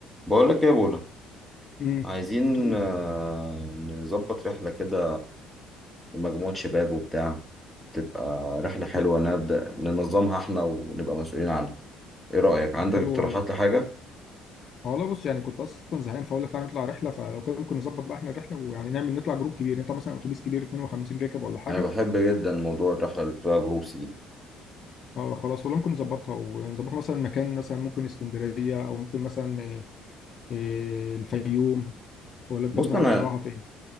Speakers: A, in the centre; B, on the left.
A: بقول لك ايه يا بولا
B: امم
A: عايزين
B: طب
A: آه، نظبط رحلة كده لمجموعة شباب وبتاع تبقى رحلة حلوة
B: حلو
A: نبدأ ننظمها احنا ونبقى مسؤولين عنها ايه رأيك عندك
B: طب حلو
A: اقتراحات
B: والله
A: لحاجة
B: اه والله بص يعني كنت اصلا زهقان فاقول لك تعالى نطلع رحله فلو كده ممكن نظبط بقى احنا الرحله ويعني نعمل نطلع جروب كبير نطلع مثلا اتوبيس كبير 52 راكب ولا حاجه
A: انا بحب جدا موضوع الرحلة اللي بتبقى جروبس دي
B: اه خلاص والله ممكن نظبطها ونظبطها مثلا مكان مثلا ممكن اسكندريه او ممكن مثلا إيه إيه الفيوم ولا انت
A: بص
B: مثلا
A: انا
B: عايز تروحها فين؟